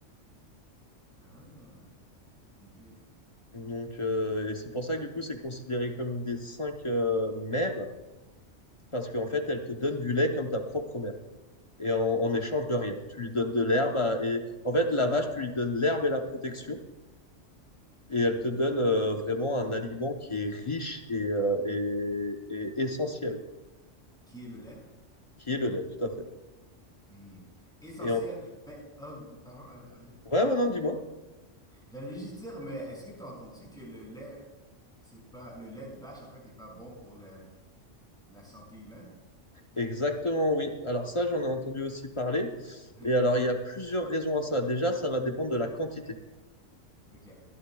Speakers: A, in the centre; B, on the left (about 30°).
A: Ah, ok.
B: Donc, euh, et c'est pour ça que du coup, c'est considéré comme une des cinq euh, mères, parce qu'en fait, elle te donne du lait comme ta propre mère, et en, en échange
A: Hmm.
B: de rien. Tu lui donnes de l'herbe, à- et en fait, la vache, tu lui donnes l'herbe et la protection, et elle te donne euh, vraiment un aliment qui est riche et, euh, et, et essentiel, quoi,
A: Qui est le lait?
B: qui est le lait, tout à fait.
A: Hmm. Essentiel.
B: Et en...
A: Mais, oh, pardon, ah, ah, vas-y.
B: Ouais, ouais, non, dis-moi.
A: J'allais juste dire, mais est-ce que tu as entendu que le lait, c'est pas, le lait de vache, en fait, n'est pas bon pour le- la santé humaine?
B: Exactement, oui. Alors ça, j'en ai entendu aussi parler.
A: <laughs> Ok,
B: Et alors, il y a plusieurs raisons à ça. Déjà, ça va dépendre de la quantité.
A: ok,